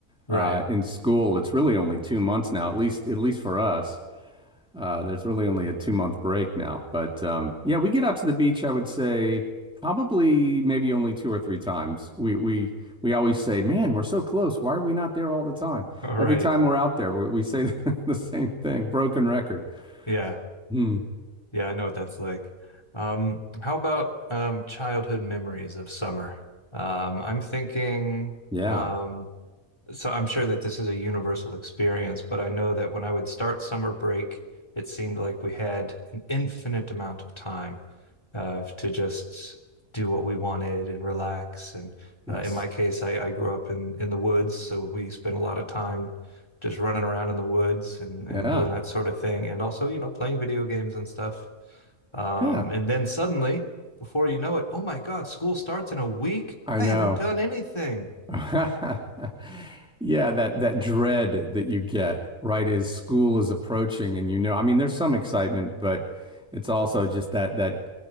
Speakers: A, on the left (about 20°); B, in the centre.
A: right,
B: uh, in school, it's really only two months now, at least at least for us. Uh, there's really only a two month break now, but um, yeah, we get out to the beach. I would say probably maybe only two or three times. We we we always say, "Man, we're so close. Why are we not there all the time?"
A: <laughs> right,
B: Every time we're out there, we, we say <laughs> the same thing, broken record.
A: yeah.
B: Hmm.
A: Yeah, I know what that's like. Um, how about um, childhood memories of summer? Um, I'm thinking,
B: Yeah.
A: um, so I'm sure that this is a universal experience, but I know that when I would start summer break, it seemed like we had an infinite amount of time uh, to just do what we wanted and relax. And
B: Yes.
A: uh, in my case, I, I grew up in in the woods, so we spent a lot of time just running around in the woods and and
B: Yeah.
A: doing that sort of thing, and also, you know, playing video games and stuff. Um,
B: Yeah.
A: and then suddenly, before you know it, oh my God, school starts in a week.
B: I
A: I
B: know.
A: haven't done anything.
B: <laughs> Yeah, that that dread that you get right as school is approaching and you know, I mean, there's some excitement, but it's also just that that